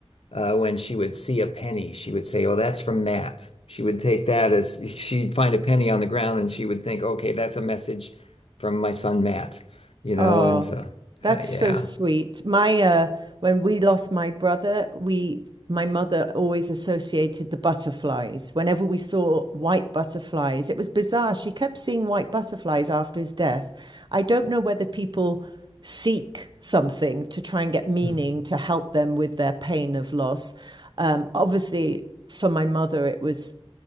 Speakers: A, on the left; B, on the right.
A: uh, when she would see a penny, she would say, "Oh, that's from Matt." She would take that as she'd find a penny on the ground and she would think, "Okay, that's a message from my son Matt." You know,
B: Oh,
A: and uh,
B: that's
A: uh,
B: so
A: yeah,
B: sweet. My uh, when we lost my brother, we my mother always associated the butterflies. Whenever we saw white butterflies, it was bizarre. She kept seeing white butterflies after his death. I don't know whether people seek something to try and get meaning
A: Mm.
B: to help them with their pain of loss. Um, obviously, for my mother, it was